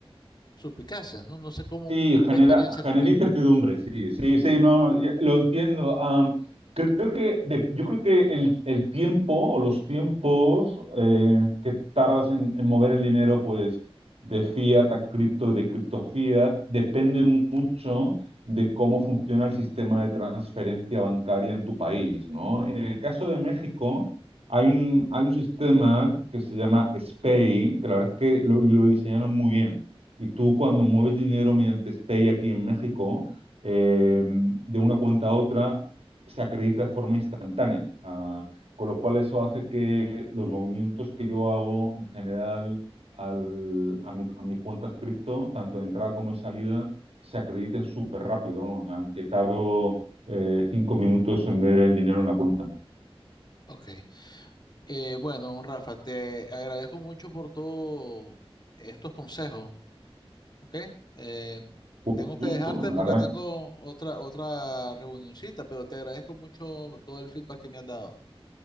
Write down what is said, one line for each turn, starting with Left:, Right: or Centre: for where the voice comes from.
Left: Suspicacias, ¿no? No sé cómo,
Right: Sí,
Left: cómo-
Right: genera,
Left: qué experiencia has
Right: genera
Left: tenido.
Right: incertidumbre, sí, sí, sí, no, no, ya- lo entiendo. Am, creo que de- yo creo que el, el tiempo o los tiempos eh, que tardas en, en mover el dinero, pues de fiat a cripto y de cripto a fiat, depende mucho de cómo funciona el sistema de transferencia bancaria en tu país, ¿no? En el caso de México, hay un, hay un sistema que se llama SPAY, que la verdad es que lo lo diseñaron muy bien. Y tú cuando mueves dinero mediante SPEI aquí en México, eh, de una cuenta a otra, se acredita de forma instantánea. Ah, con lo cual eso hace que los movimientos que yo hago en general al- a mi, a mi cuenta cripto, tanto de entrada como de salida, se acrediten súper rápido, ¿no? O sea, que tardo eh, cinco minutos en ver el dinero en la cuenta.
Left: Ok. Eh, bueno, Rafa, te agradezco mucho por todos estos consejos, ¿ok? Eh,
Right: Fue
Left: tengo
Right: un gusto,
Left: que dejarte
Right: la
Left: porque
Right: ¿verdad?
Left: tengo otra, otra reunioncita, pero te agradezco mucho todo el feedback que me has dado.